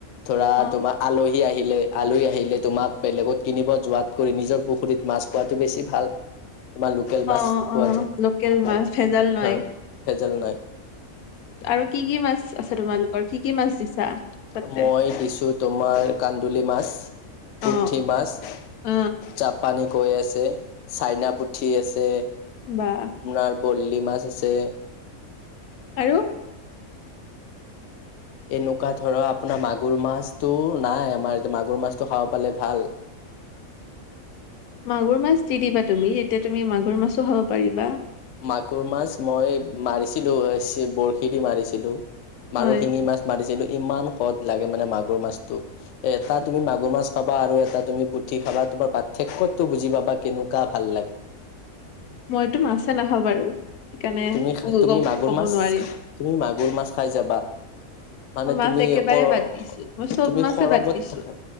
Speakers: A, on the left; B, on the left.
A: ধৰা
B: অ
A: তোমাৰ আলহী আহিলে। আলহী আহিলে তোমাক বেলেগত কিনিব যোৱাতকৈ নিজৰ পুখুৰীত মাছ খোৱাটো বেছি ভাল। তোমাৰ লোকেল মাছ
B: অ
A: পোৱা
B: অ
A: যায়,
B: লোকেল মাছ ভেজাল নাই
A: অ' ভেজাল নাই।
B: আৰু কি কি মাছ আছে তোমালোকৰ? কি কি মাছ দিছা? তাতে?
A: মই দিছোঁ তোমাৰ কান্দুলি মাছ। পুঠি
B: অ
A: মাছ,
B: অ
A: চাপ পানী কৈ আছে, চাইনা পুঠি আছে।
B: বা।
A: আপোনাৰ ভৰলি মাছ আছে।
B: আৰু?
A: এনেকুৱা ধৰা, আপোনাৰ মাগুৰ মাছটো, নাই আমাৰ, মাগুৰ মাছটো খাব পালে, ভাল।
B: মাগুৰ মাছ দি দিবা তুমি? এতিয়া, তুমি মাগুৰ মাছো খাব পাৰিবা।
A: মাগুৰ মাছ, মই মাৰিছিলোঁ। এ, <unintelligible> বৰশী দি মাৰিছিলোঁ। মাগুৰ,
B: হয়
A: শিঙি মাছ মাৰিছিলোঁ। ইমান সত লাগে মানে, মাগুৰ মাছটো। এটা তুমি, মাগুৰ মাছ খাবা। আৰু এটা তুমি, পুঠি খাবা, তোমাৰ পাৰ্থক্যটো বুজি পাবা, কেনেকুৱা ভাল লাগে!
B: মইতো, মাছে নাখাওঁ বাৰু। সেইকাৰণে,
A: তুমি
B: <unintelligible>
A: তুমি
B: ক'ব
A: মাগুৰ মাছ
B: নোৱাৰি আৰু।
A: তুমি, মাগুৰ মাছ খাই যাবা? মানে,
B: মই মাছ
A: তুমি
B: একেবাৰে
A: <unintelligible>
B: বাদ দিছো মই চব
A: তুমি
B: মাছে
A: সৰগত
B: বাদ দিছো।
A: থাকা।